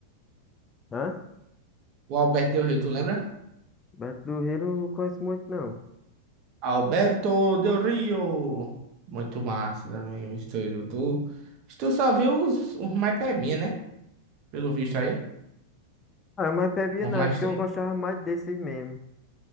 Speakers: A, on the left (about 20°); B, on the right (about 45°).
A: Hã?
B: O Alberto Del Rio, tu lembra?
A: Beto do Rio não conheço muito não.
B: Alberto Del Rio. Muito massa também o estúdio. Tu, tu só viu os, os mais pebinha, né? Pelo visto aí.
A: Ah, mas bebia
B: Os
A: não.
B: mais
A: É porque
B: tem.
A: eu gostava mais desses mesmo.